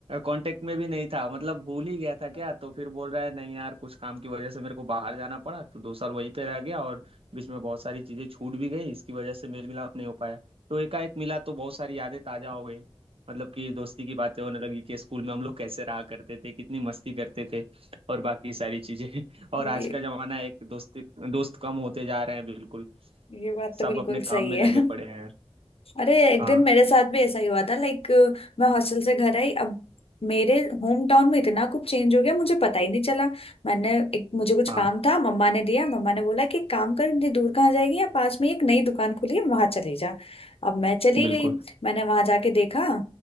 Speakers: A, on the right; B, on the left.
A: कांटेक्ट में भी नहीं था मतलब भूल ही गया था
B: <laughs>
A: क्या तो फिर बोल रहा है नहीं यार कुछ काम की वजह से मेरे को बाहर जाना पड़ा तो दो साल वहीं पे रह गया और बीच में बहुत सारी चीजें छूट भी गई इसकी वजह से मेल मिलाप नहीं हो पाया तो एकाएक मिला तो बहुत सारी यादें ताजा हो गई मतलब कि दोस्ती की बातें होने लगी कि स्कूल में हम लोग कैसे रहा करते थे कितनी मस्ती करते थे और बाकी सारी चीजें <laughs> और
B: ये
A: आज का जमाना है, एक दोस्ती दोस्त कम होते जा रहे हैं बिल्कुल
B: ये बात तो
A: सब
B: बिल्कुल
A: अपने
B: सही
A: काम
B: है
A: में लगे पड़े हैं
B: अरे एक
A: हाँ
B: दिन मेरे साथ भी ऐसा ही हुआ था लाइक मैं हॉस्टल से घर आई अब मेरे होम टाउन में इतना कुछ चेंज हो गया मुझे पता ही नहीं चला मैंने एक मुझे कुछ
A: हाँ
B: काम था मम्मा ने दिया मम्मा ने बोला कि एक काम कर इतनी दूर कहाँ जाएगी या पास में ही एक नई दुकान खुली है वहां चली जा अब मैं चली
A: बिल्कुल
B: गई मैंने वहां जाके देखा